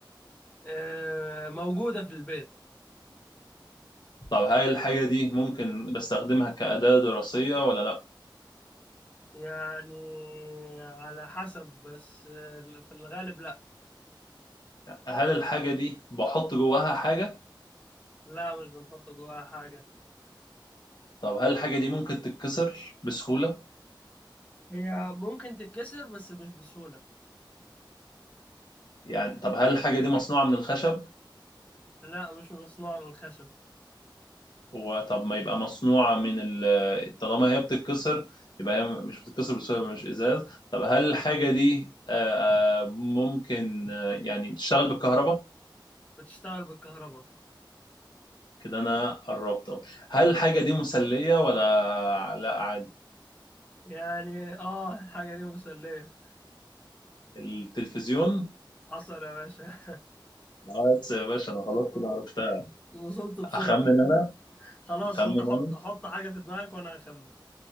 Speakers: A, on the left; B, on the left.
A: آه موجودة في البيت
B: طب هل الحاجة دي ممكن بستخدمها كأداة دراسية ولا لأ؟
A: يعني على حسب بس آه في الغالب لا
B: هل الحاجة دي بحط جواها حاجة؟
A: لا مش بنحط جواها حاجة
B: طب هل الحاجة دي ممكن تتكسر بسهولة؟
A: هي ممكن تتكسر بس مش بسهولة
B: يعني طب هل الحاجة دي مصنوعة من الخشب؟
A: لا مش مصنوعة من الخشب
B: وطب ما يبقى مصنوعة من ال... طالما هي بتتكسر يبقى هي مش بتتكسر بسهولة يبقى مش إزاز، طب هل الحاجة دي آه، آه، ممكن آه، يعني تشتغل بالكهرباء؟
A: بتشتغل بالكهرباء
B: كده انا قربت أهو. هل الحاجه دي مسليه ولا لا عادي
A: يعني اه الحاجة دي مسلية
B: التلفزيون
A: حصل يا باشا
B: بس يا باشا انا
A: <laughs>
B: خلاص كده عرفتها
A: وصلت بسرعة
B: اخمن انا
A: خلاص
B: اخمن
A: انت حط
B: انا
A: حط حاجة في دماغك وانا هخمن